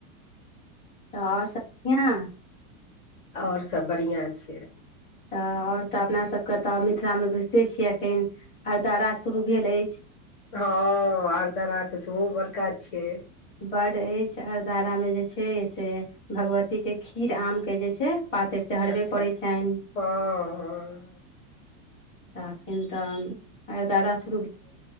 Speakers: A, on the left; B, on the left.
A: तऽ आओर सब बढ़िया
B: आओर सब बढ़िआँ छै
A: तऽ आओर तऽ अपनासभके तऽ मिथिलामे बुझिते छियै एखन अरदारा शुरू भेल अछि
B: हँ आरदारा के सेहो बड़का छिय
A: ब्ड अछि आरदारामे जे छै से भगवतीके खीर आमके जे छै पाते चड़बे
B: अच्छा
A: करय छनि
B: हँ हँ
A: तखन तऽ अरदारा से